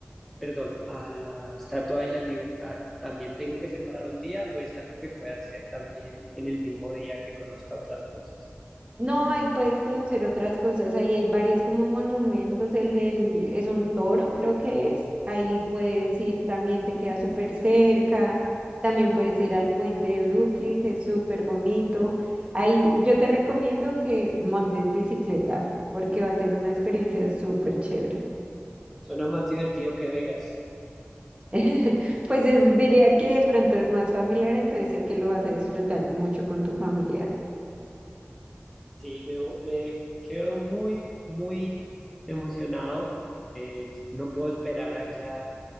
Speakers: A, in the centre; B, on the right (about 25°).
A: perdón, a la Estatua de la Libertad, ¿también tengo que separar un día o es algo que pueda hacer también en el mismo día que conozca otras cosas?
B: No, ahí puedes conocer otras cosas, ahí hay varios como monumentos, el del, es un toro, creo que es, ahí puedes ir también, te queda súper cerca, también puedes ir al puente de Brooklyn, que es súper bonito. Ahí yo te recomiendo que montes bicicleta, porque va a ser una experiencia súper chévere.
A: Suena más divertido que Vegas.
B: <laughs> Pues es, diría que de pronto es más familiar, entonces sé que lo vas a disfrutar mucho con tu familia.
A: Sí, me, me quedo muy, muy emocionado. Eh, no puedo esperar allá